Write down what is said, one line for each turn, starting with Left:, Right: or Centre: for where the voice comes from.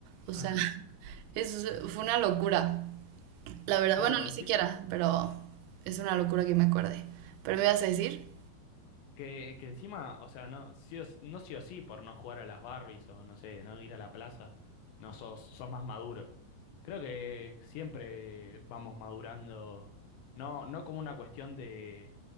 Right: O
Left: Ah,
Right: sea, <laughs> eso fue una locura. La verdad,
Left: claro,
Right: bueno, ni
Left: encima,
Right: siquiera, pero es una locura que me acuerde. ¿Pero me ibas a decir?
Left: que, que encima, o sea, no sí, o, s- no sí o sí por no jugar a las Barbies o no sé, no ir a la plaza, no sos, sos más maduro. Creo que siempre vamos madurando, no, no como una cuestión de,